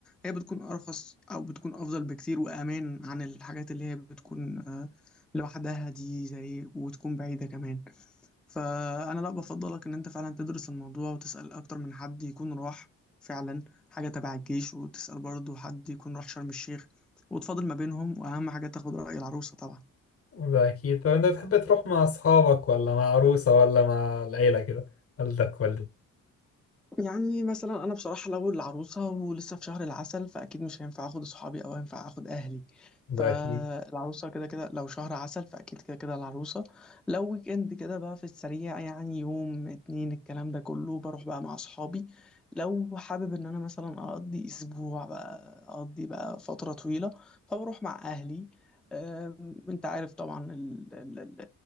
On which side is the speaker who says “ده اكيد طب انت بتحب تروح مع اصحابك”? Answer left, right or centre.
Left